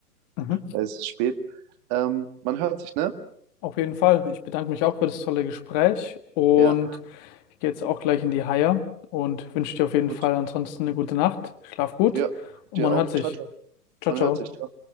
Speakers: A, on the left; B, on the right.
A: Mhm.
B: Es ist spät. Ähm, man hört sich, ne?
A: Auf jeden Fall. Ich bedanke mich auch für das tolle Gespräch und
B: Ja,
A: ich gehe jetzt auch gleich in die Haie und wünsche dir auf jeden
B: gut.
A: Fall ansonsten eine gute Nacht. Schlaf gut
B: Ja,
A: und
B: dir
A: man
B: auch.
A: hört sich.
B: Ciao, ciao.
A: Ciao,
B: Man
A: ciao.
B: hört sich. Ciao.